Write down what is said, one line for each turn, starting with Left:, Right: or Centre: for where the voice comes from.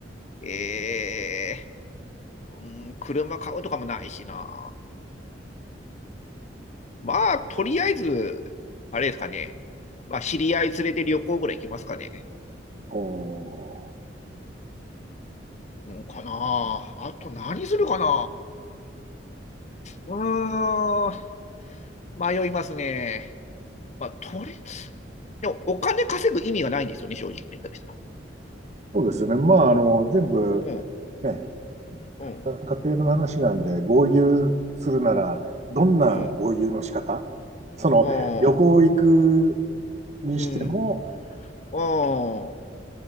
Left: えー、うん、車買うとかもないしな。まあ、とりあえず、あれですかね。まあ、知り合い連れて旅行ぐらい行きますかね。
Right: おー
Left: うんかなああと何するかなうーん、迷いますね。まあ、取れ、でもお金稼ぐ意味がないんですよね、正直な言い方したら。
Right: そうですね。まあ、あの、全部、
Left: うん、
Right: ね、
Left: うん、
Right: 家庭の話なんで、豪遊するなら、
Left: そ
Right: どんな豪遊の仕方
Left: うん、
Right: その、
Left: うん、
Right: 旅行行く
Left: あ
Right: にしても、
Left: ーうん、あん、